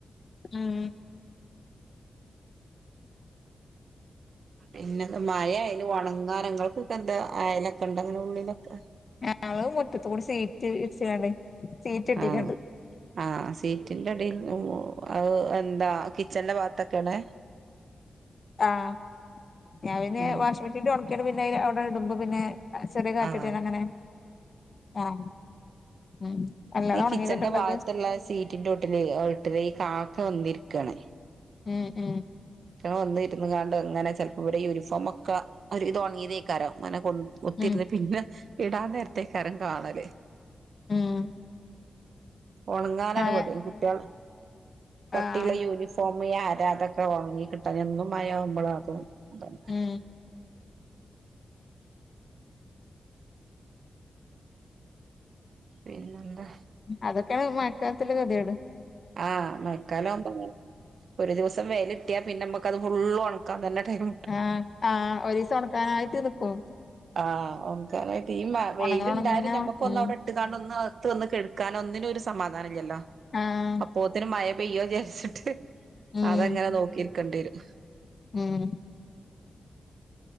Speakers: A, on the left; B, on the right.
A: ഉം
B: പിന്നെ എന്ത് മഴയാലും ഒണങ്ങാൻ നിങ്ങൾക്ക് ഒക്കെ എന്ത് അയലൊക്കെ ഒണ്ടോ നിങ്ങടെ വീടിന് ഉള്ളിൽ ഒക്കെ
A: ഉം ഞങ്ങള് മുറ്റത്ത് കൂടി സീറ്റ് ഇച്ചാണ്ട് സീറ്റ് ഇട്ടിങ്ങാണ്ട്
B: ആഹ് ആഹ് സീറ്റിന്റെ അടിയിൽ ഓഹ് അത് എന്താ കിച്ചന്റെ ഭാഗത്ത് ഒക്കെ ആണ്
A: ആഹ് ഞാന് പിന്നെ
B: ഉം
A: വാഷിംഗ് മെഷീൻ ഉണക്കിയാണ് പിന്നെ അവിടെ ഇടുമ്പോ പിന്നെ ആഹ് ചെറിയ കാറ്റട്ടിയാണ്ട്
B: ആഹ്
A: അങ്ങനെ ആഹ് ഉം അല്ലാതെ
B: ഈ കിച്ചന്റെ
A: ഉണങ്ങി കിട്ടണ്ടത്
B: ഭാഗത്ത് ഉള്ള സീറ്റിന്റെ ഒട്ടിലേ ഒട്ടില് ഈ കാക്ക വന്നിരിക്കാണ്
A: ഉം ഉം
B: അയ്റ്റാള് വന്നിരുന്നു കാണ്ട് അങ്ങനെ ചെലപ്പോ ഇവിടെ യൂണിഫോം ഒക്കെ ഒരുവിധം ഒണങ്ങിയത് അയ്ക്കാരം അങ്ങനെ കൊള്ള കുത്തിരുന്ന്
A: ഉം
B: പിന്നെ ഇടാ നേരത്തേക്കാരം കാണല്
A: ഉം
B: ഒണങ്ങാനാണ്
A: ആഹ്
B: പെടാ ഈ കുട്ടിയാ കട്ടിയ്ള്ള
A: ആഹ്
B: യൂണിഫോംമ് ഈ ആര അതൊക്കെ ഒണങ്ങി കിട്ടാന് എന്നും മയയാവുമ്പള് അതും ഇതാണ്
A: ഉം
B: പിന്നെന്താ?
A: അതൊക്കെയാണ് മഴക്കാലതൊള്ള ഗഥികേട്
B: ആഹ് മഴക്കാലം അവ്മ്പങ്ങനെ ഒര് ദിവസം വെയിലിട്ടിയാ പിന്നെ അമ്മക്കത് ഫുള്ളൊണക്കാൻ തന്നെ ടൈമ്
A: ആഹ് ആഹ് ഒരീസം ഒണക്കാനായിട്ട് നിക്കും.
B: ആഹ് ഓണക്കാനായിട്ട് ഈ മ വെയില്ണ്ടായാലും
A: ഒണങ്ങണം ഒണങ്ങണം ഒണങ്ങണം
B: ഞമ്മക്ക്
A: ഉം
B: ഒന്ന് അവ്ടെ ഇട്ട്കാണ്ട് ഒന്ന് അകത്ത് വന്ന് കെട്ക്കാനോ ഒന്നിനും ഒര് സമാധാനം ഇല്ലല്ലോ?
A: ആഹ്
B: പ്പോത്തിന് മയ പെയ്യോ വിജാരിച്ചിട്ട്
A: ഉം
B: അതങ്ങനെ നോക്കിയിരിക്കണ്ടവരും.
A: ഉം